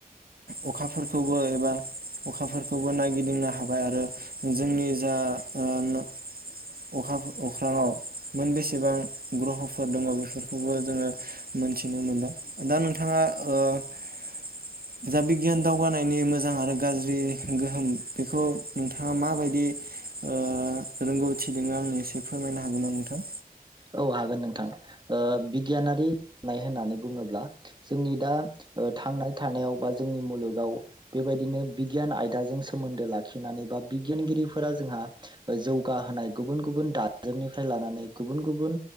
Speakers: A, on the right; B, on the right.
A: अखाफोरखौबो एबा अखाफोरखौबो नायगिदिंनो हाबाय आरो जोंनि जा ओ न'अखा अख्राङाव मोन बेेसेबां ग्रह'फोर दङ बेफोरखौबो जोङो मोनथिनो मोनबाय दा नोंथाङा ओ जा बिगियान दावगानायनि मोजां आरो गाज्रि गोहोम बेखौ नोंथाङा माबायदि ओ रोंगौथि दोङो आंनो एसे फोरमायनो हागोन ना नोंथां?
B: औ हागोन नोंथां ओ बिगियानारि नाय होननानै बुङोब्ला जोंनि दा ओ थांनाय थानायाव बा जोंनि मुलुगाव बेबायदिनो बिगियान आयदाजों सोमोन्दो लाखिनानै बा बिगियानगिरिफोरा जोंहा ओ जौगाहोनाय गुबुन गुबुन दाजेमनिफ्राय लानानै गुबुन गुबुन